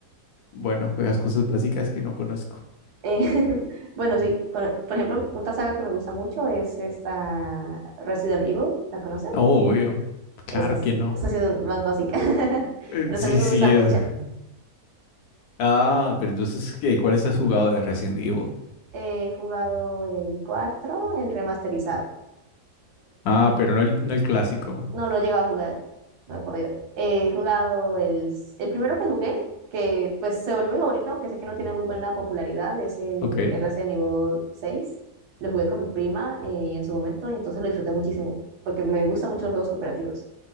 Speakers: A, on the left (about 75°); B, on the right (about 85°).
A: Bueno, juegas cosas básicas que no conozco.
B: Eh, <laughs> bueno, sí, con- por ejemplo, una saga que me gusta mucho es esta Resident Evil, ¿la conoces?
A: Oh, Obvio. Claro
B: Esas,
A: que no.
B: esas sí son más básicas, <laughs>
A: Eh,
B: pero
A: sí,
B: también me
A: sí,
B: gusta mucho.
A: es... <laughs> Ah, pero entonces, ¿qué? ¿Cuáles has jugado de Resident Evil?
B: He jugado el 4 el remasterizado.
A: Ah, pero no el, no el clásico.
B: No lo he llegado a jugar, no he podido. He jugado el, el primero que jugué, que pues se volvió mi favorito, aunque sé que no tiene muy buena popularidad, es el,
A: Ok.
B: el Resident Evil seis Lo jugué con mi prima eh, en su momento y entonces lo disfruté muchísimo, porque me gustan mucho los juegos cooperativos.